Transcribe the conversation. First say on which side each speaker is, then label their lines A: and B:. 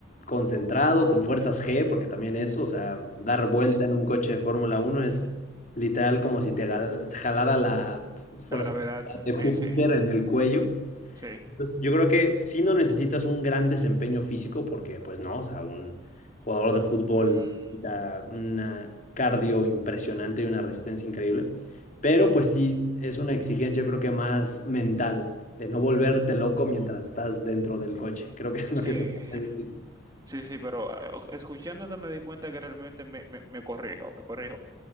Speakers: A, on the left (about 40°); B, on the right (about 20°).
A: concentrado, con fuerzas G, porque también eso, o sea, dar vuelta
B: Sí.
A: en un coche de Fórmula uno es
B: Ujú.
A: literal como si te gal- jalara la fuerza
B: La gravedad,
A: de
B: sí,
A: Júpiter
B: sí,
A: en el cuello.
B: sí.
A: Pues yo creo que sí no necesitas un gran desempeño físico porque pues no, o sea, un jugador de fútbol
B: Mm,
A: necesita una cardio impresionante y una resistencia increíble, pero pues sí es una exigencia yo creo que más mental de no volverte loco mientras estás dentro del coche, creo que es lo
B: sí,
A: que te puedo decir.
B: <laughs> sí, sí, pero eh, o- escuchándote me di cuenta que realmente me, me, me corrijo, me corrijo.